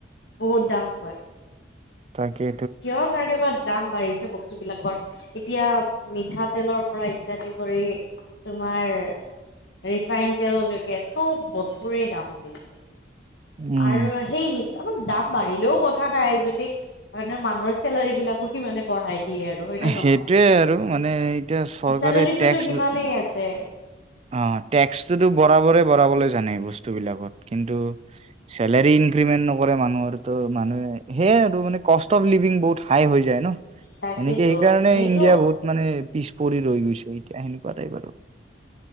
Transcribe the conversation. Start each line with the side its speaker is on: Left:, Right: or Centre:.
Left: বহুত দাম কয়
Right: তাকে
Left: কিহৰ কাৰণে বা দাম বাঢ়িছে বস্তুবিলাকৰ এতিয়া মিঠাতেলৰ পৰা ইত্যাদি কৰি তোমাৰ ৰিফাইন তেললৈকে চব বস্তুৰে দাম বাঢ়িছে
Right: উম
Left: আৰু সেই হিচাপত দাম বাঢ়িলেও কত থা নাই যদি মানে মানুহৰ চেলাৰী বিলাকো সিমানে বঢ়াই দিয়ে আৰু হয় নে নহয়
Right: সেইটোয়ে আৰু মানে এতিয়া চৰকাৰে
Left: চেলাৰিটোতো
Right: টেক্স
Left: সিমানেই আছে
Right: অ টেক্সটোতো বৰাবৰে বহাবলৈ জানে বস্তুবিলাকত কিন্তু চেলাৰী ইনক্ৰিমেণ্ট নকৰে মানুহৰ, তো মানুহে সেয়া আৰু মানে কষ্ট অফ লিভিং বহুত হা'ই হৈ যায় ন,
Left: তাকেতো
Right: এনেকে সেইকাৰণে
Left: এইটো
Right: ইণ্ডিয়া বহুত মানে পিছ পৰি ৰৈ গৈছে এতিয়া সেনেকুৱা টাইপ আৰু।